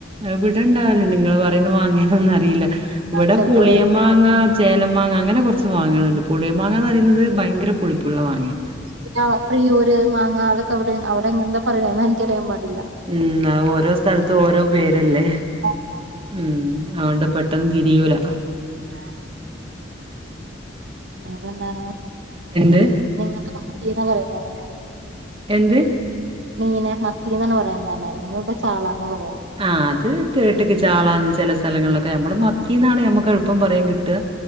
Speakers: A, on the right; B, on the right.
A: ഇവിടെ ഇണ്ടാവല്ണ്ട്. ഇങ്ങള് പറയുന്ന മാങ്ങ ഏതാന്ന് അറിയില്ല. ഇവിടെ
B: ചെലപ്പോ
A: പുളിയമ്മാങ്ങ
B: വേ
A: ചേലം മാങ്ങ. അങ്ങനെ കൊറ്ച് മാങ്ങകള്ണ്ട്. പുളിയ മാങ്ങന്ന് പറീന്നത് ഭയങ്കര പുളിപ്പുള്ള മാങ്ങ്യ.
B: പിന്നെ പ്രിയൂര് മാങ്ങ. അതൊക്കെ അവിടെ അവിടെ എങ്ങൻത്ത പറയാന്ന് എനിക്കറിയാൻ പാടില്ല.
A: ഉം. അഹ് ഓരോ സ്ഥൽത്തും ഓരോ പേര്ല്ലെ.
B: ആണോ
A: ഉം അഓണ്ട് പെ ട്ടെന്ന് തിരിയൂല.
B: ആ. വേറെന്താണ്.
A: എന്ത്
B: നിങ്ങക്ക് ഫിഫ്റ്റി ന്നാ പറയുന്നെലെ കൂടുതലും
A: എന്ത്
B: മീന് മത്തീന്നാണ് പറയുന്നതല്ലേ ഞങ്ങളിവിടെ ചാളാന്നാ പറയാ
A: ആഹ് അത് കേട്ട്ക്ക് ചാളാന്ന് ചെല സ്ഥലങ്ങളിലൊക്കെ ഞമ്മള് മത്തീ ന്നാണ് ഞമ്മക്ക് എളുപ്പം പറയാൻ കിട്ടുക